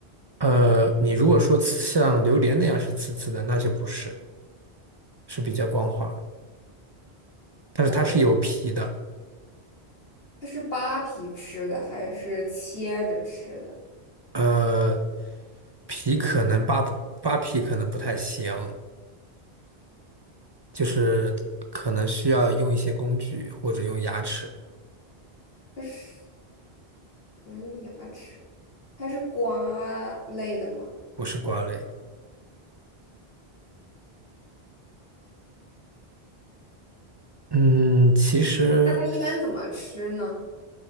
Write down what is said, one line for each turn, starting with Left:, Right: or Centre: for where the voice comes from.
Right: 呃，你如果说像榴莲那样是刺刺的，那就不是，是比较光滑，但是它是有皮的，
Left: 我它是扒皮吃的还是切着吃的？
Right: 呃，皮可能扒扒皮可能不太行。就是可能需要用一些工具或者用牙齿，
Left: 它是怎么用牙齿？它是瓜类的吗？
Right: 不是瓜类。嗯，其实
Left: 那它一般怎么吃呢？